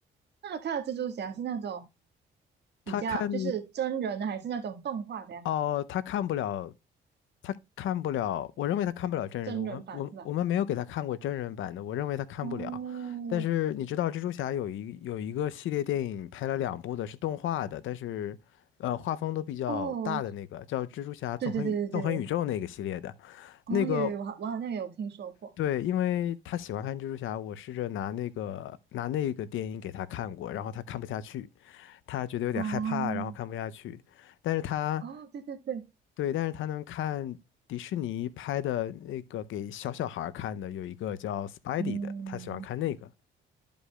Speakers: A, on the right; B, on the left.
A: 那他看的蜘蛛侠是那种比较就是真人的，
B: 他看
A: 还是那种动画的呀？
B: 哦，他看不了，他看不了。我认为他看不了真人的。
A: 真人版是吧？
B: 我们我我们没有给他看过真人版的，我认为他看不了。
A: 哦
B: 但是你知道，蜘蛛侠有一有一个系列电影拍了两部的，是动画的，但是呃画风都比较大的那个，
A: 哦，
B: 叫《蜘蛛侠纵横宇纵横宇宙》那个系列的。
A: 对对对对对，哦，
B: 那个
A: 有有，我好我好像有听说过。
B: 对，因为他喜欢看蜘蛛侠，我试着拿那个拿那个电影给他看过，然后他看不下去，他觉得有点害怕，
A: 哦
B: 然后看不下去。但是他
A: 哦，对对对，
B: 对，但是他能看迪士尼拍的那个给小小孩儿看的，有一个叫《Spidey》的，
A: 嗯。
B: 他喜欢看那个